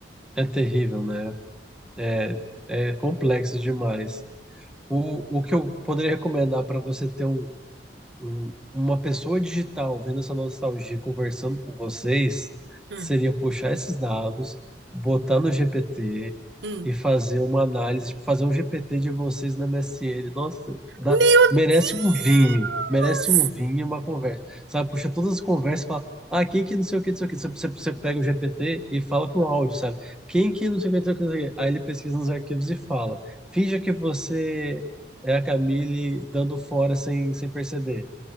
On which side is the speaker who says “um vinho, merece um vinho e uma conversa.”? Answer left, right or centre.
Centre